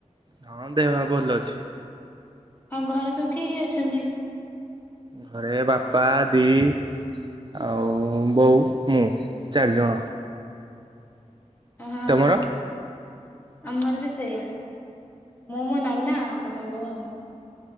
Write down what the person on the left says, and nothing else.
ଆଉ ଘରେ ସବୁ କିଏ କିଏ ଅଛନ୍ତି?
ହଁ
ଆମର ବି ସେଇଆ ମୁଁ ମୋ ନନା ବାପା ବୋଉ ଆଉ।